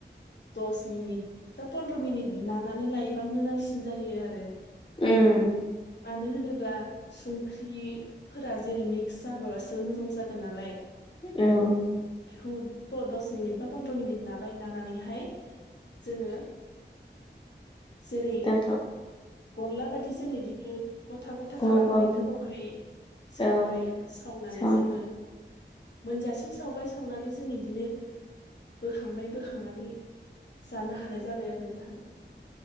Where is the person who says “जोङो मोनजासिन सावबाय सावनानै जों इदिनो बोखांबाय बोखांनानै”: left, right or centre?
Left